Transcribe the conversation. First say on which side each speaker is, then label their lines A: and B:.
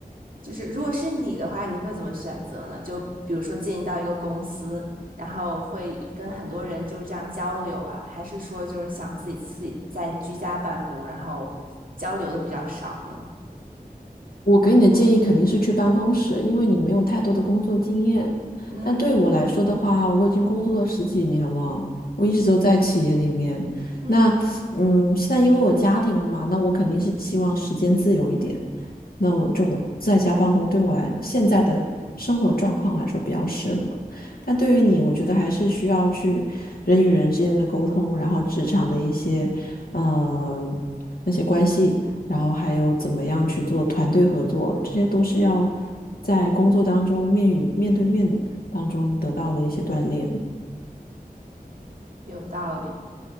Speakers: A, on the right (about 65°); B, on the left (about 70°).
A: 就是如果是你的话，你会怎么选择呢？就比如说进到一个公司，然后会跟很多人就这样交流啊，还是说就是想自己自己在居家办公，然后交流的比较少呢？
B: 我给你的建议肯定是去办公室，因为你没有太多的工作经验。
A: 嗯
B: 但对我来说的话，我已经工作了十几年了，我一直都在企业里面。
A: 嗯，
B: 那，嗯，现在因为我家庭了嘛，那我肯定是希望时间自由一点。那我就我在家办公，对我来现在的生活状况来说比较适合。但对于你，我觉得还是需要去人与人之间的沟通，然后职场的一些，嗯，那些关系。然后还有怎么样去做团队合作，这些都是要在工作当中面与面对面当中得到的一些锻炼。
A: 有道理。